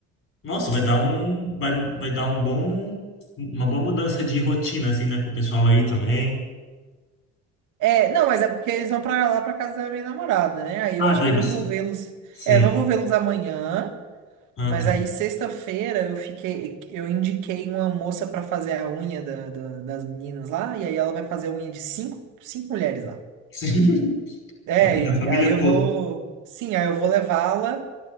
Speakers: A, on the left; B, on the right.
A: Nossa, vai dar um vai, vai dar um bom uma boa mudança de rotina assim, né, com o pessoal aí também.
B: É, não, mas é porque eles vão pra lá pra casa da minha namorada, né? Aí
A: Ah,
B: eu acho
A: daí
B: que eu
A: você
B: não vou vê-los.
A: sim.
B: É, não vou vê-los amanhã.
A: Ah,
B: Mas
A: tá.
B: aí, sexta-feira, eu fiquei, eu indiquei uma moça pra fazer a unha da- da- das meninas lá, e aí ela vai fazer a unha de cinco, cinco mulheres lá.
A: Sim. <laughs>
B: É,
A: Vai pegar a família
B: e aí eu
A: toda.
B: vou. Sim, aí eu vou levá-la,